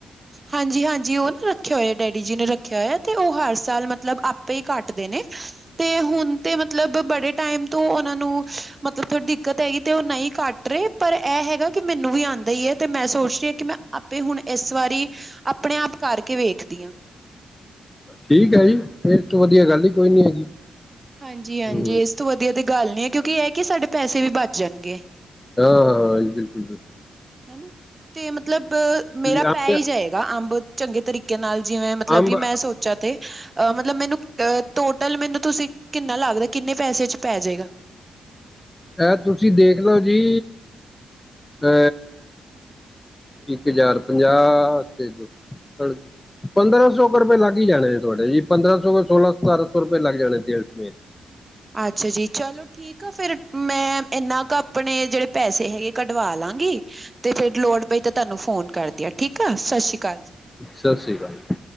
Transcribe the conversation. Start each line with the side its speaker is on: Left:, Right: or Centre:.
Right: ਹਾਂਜੀ-ਹਾਂਜੀ, ਉਹ ਨਾ ਰੱਖਿਆ ਹੋਇਆ ਡੈਡੀ ਜੀ ਨੇ ਰੱਖਿਆ ਹੋਇਆ ਤੇ ਉਹ ਹਰ ਸਾਲ ਮਤਲਬ ਆਪੇ ਹੀ ਕੱਟਦੇ ਨੇ। ਤੇ ਹੁਣ ਤੇ ਮਤਲਬ ਬੜੇ ਟਾਈਮ ਤੋਂ ਉਹਨਾਂ ਨੂੰ ਮਤਲਬ ਥੋੜੀ ਦਿੱਕਤ ਹੈਗੀ ਤੇ ਉਹ ਨਹੀਂ ਕੱਟ ਰੇ ਪਰ ਇਹ ਹੈਗਾ ਕਿ ਮੈਨੂੰ ਵੀ ਆਂਦਾ ਈ ਐ ਤੇ ਮੈਂ ਸੋਚ ਰਹੀ ਆ ਕਿ ਮੈਂ ਆਪੇ ਹੁਣ ਇਸ ਵਾਰੀ ਆਪਣੇ ਆਪ ਕਰਕੇ ਵੇਖਦੀ ਆ।
Left: ਠੀਕ ਹੈ ਜੀ, ਫਿਰ ਤੋਂ ਵਧੀਆ ਗੱਲ ਈ ਕੋਈ ਨੀ ਹੈਗੀ।
Right: ਹਾਂਜੀ-ਹਾਂਜੀ,
Left: ਹਮ
Right: ਇਸ ਤੋਂ ਵਧੀਆ ਤੇ ਗੱਲ ਨੀ ਹੈ ਕਿਉਂਕਿ ਇਹ ਆ ਕਿ ਸਾਡੇ ਪੈਸੇ ਵੀ ਬਚ ਜਾਣਗੇ।
Left: ਹਾਂ-ਹਾਂ, ਜੀ ਬਿਲਕੁਲ-ਬਿਲਕੁਲ,
Right: ਹੈਨਾ। ਤੇ ਮਤਲਬ ਮੇਰਾ
Left: ਅੰਬ
Right: ਪੈ ਹੀ ਜਾਏਗਾ ਅੰਬ ਚੰਗੇ ਤਰੀਕੇ ਨਾਲ ਜਿਵੇਂ ਮਤਲਬ
Left: ਅੰਬ
Right: ਕਿ ਮੈਂ ਸੋਚਾ ਤੇ ਅ ਮਤਲਬ ਮੈਨੂੰ ਅ ਟੋਟਲ ਮੈਨੂੰ ਤੁਸੀਂ ਕਿੰਨਾ ਲੱਗਦਾ ਕਿੰਨੇ ਪੈਸੇ ਚ ਪੈ ਜੇਗਾ।
Left: ਇਹ ਤੁਸੀਂ ਦੇਖਲੋ ਜੀ। ਅ ਇੱਕ ਹਜ਼ਾਰ ਪੰਜਾਹ ਤੇ ਦੋ ਹਾਂਜੀ ਪੰਦਰਾਂ ਸੌ ਕੁ ਰੁਪਏ ਲੱਗ ਹੀ ਜਾਣੇ ਤੁਹਾਡੇ ਜੀ ਪੰਦਰਾਂ ਸੌ ਸੋਲਾਂ ਸਤਾਰਾਂ ਸੌ ਰੁਪਏ ਲੱਗ ਜਾਣੇ ਤੇਲ ਸਮੇਤ
Right: ਅੱਛਾ ਜੀ ਚਲੋ। ਠੀਕ ਆ, ਫੇਰ ਮੈਂ ਇੰਨਾ ਕ ਆਪਣੇ ਜਿਹੜੇ ਪੈਸੇ ਹੈਗੇ ਕੱਢਵਾ ਲਾਂਗੀ। ਤੇ ਫੇਰ ਵੀ ਲੋੜ ਪਈ ਤਾਂ ਤੁਹਾਨੂੰ ਫੋਨ ਕਰਦੀ ਆ ਠੀਕ ਆ, ਸਤਿ ਸ੍ਰੀ ਅਕਾਲ ਜੀ।
Left: ਸਤਿ ਸ਼੍ਰੀ ਅਕਾਲ।